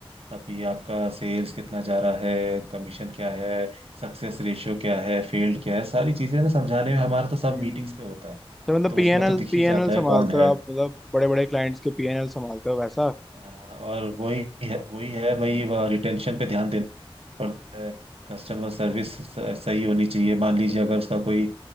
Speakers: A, on the right; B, in the centre.
A: अभी आपका सेल्स कितना जा रहा है कमीशन क्या है सक्सेस रेशियो क्या है फेल्ड क्या है सारी चीजें ना समझाने में हमारा तो सब
B: हम्म
A: मीटिंग्स पे होता है
B: तो मतलब
A: तो
B: पीएनएल
A: उसमें तो दिख
B: पीएनएल
A: ही जाता
B: संभालते
A: है कौन
B: हो
A: है
B: आप मतलब बड़े बड़े क्लाइंट्स के पीएनएल संभालते हो वैसा
A: हाँ, और वही है वही है भाई रिटेंशन पे ध्यान देना पड़ता है कस्टमर सर्विस सही होनी चाहिए मान लीजिए अगर उसका कोई